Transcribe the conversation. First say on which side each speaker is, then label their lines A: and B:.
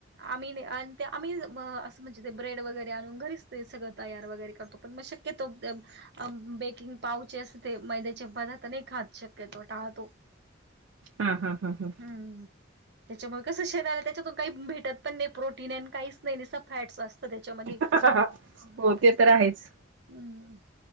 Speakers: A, on the right; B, on the right.
A: आम्ही आणि आम्ही असं म्हणजे ते ब्रेड वगैरे आणून घरीच ते सगळं तयार वगैरे करतो पण म शक क तो, अं बेकिंग पावचे अस ते मैद्याचे पार्थ नाही खा शक्यतो टाळतो
B: हा हा हा हां
A: हम्म त्याच्यामूळ कसं शरीराला त्याच्यातून काही भेटत पण नाही. प्रोटीन आणि काहीच नाही नाहीसं फॅट्स असतं त्या्याच्यामध्ये
B: हा.
A: हम्
B: हो ते तर आहेच